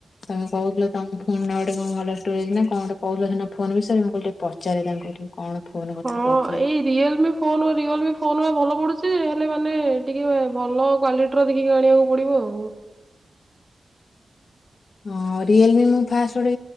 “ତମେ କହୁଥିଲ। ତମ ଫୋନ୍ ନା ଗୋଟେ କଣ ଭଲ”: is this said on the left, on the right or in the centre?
Left